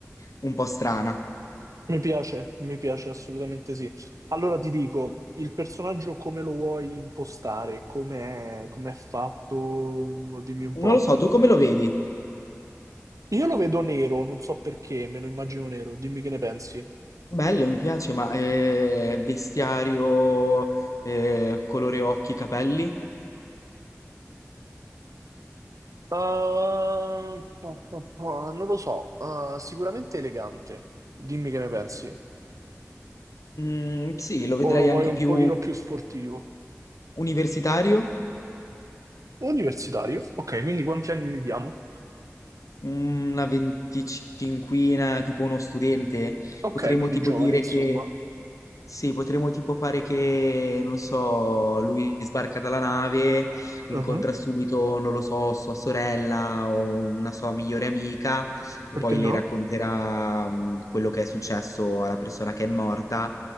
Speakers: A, on the left; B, on the right.
A: un po' strana.
B: Mi piace, mi piace assolutamente sì. Allora ti dico, il personaggio come lo vuoi impostare? Come è, come è fatto? Dimmi un po'.
A: Non lo so, tu come lo vedi?
B: Io lo vedo nero, non so perché, me lo immagino nero. Dimmi che ne pensi.
A: Bello, mi piace, ma eh, vestiario, eh, colore occhi, capelli?
B: Ah, po- po- po- non lo so, Ah, sicuramente elegante, Dimmi che ne pensi.
A: Mm, sì, lo vedrei
B: O lo
A: anche
B: vuoi un
A: più
B: pochino più sportivo?
A: universitario,
B: universitario. Ok, quindi quanti anni gli diamo?
A: una venticinquina, tipo uno studente.
B: Ok,
A: Potremmo
B: quindi
A: tipo
B: giovane,
A: dire
B: insomma.
A: che Sì, potremmo tipo fare che, non so, lui sbarca dalla nave, incontra
B: Ah,
A: subito, non lo so, sua sorella o una sua migliore amica e
B: Perché
A: poi
B: no?
A: le racconterà mm, quello che è successo alla persona che è morta